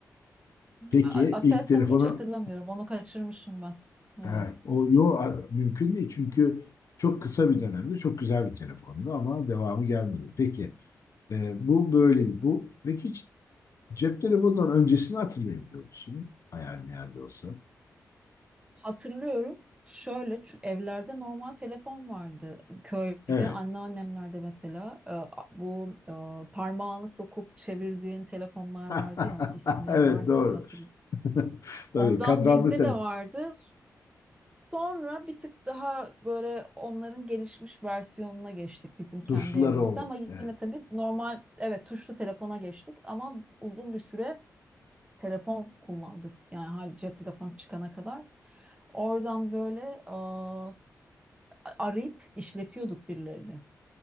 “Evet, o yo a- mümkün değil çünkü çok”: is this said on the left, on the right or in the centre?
Left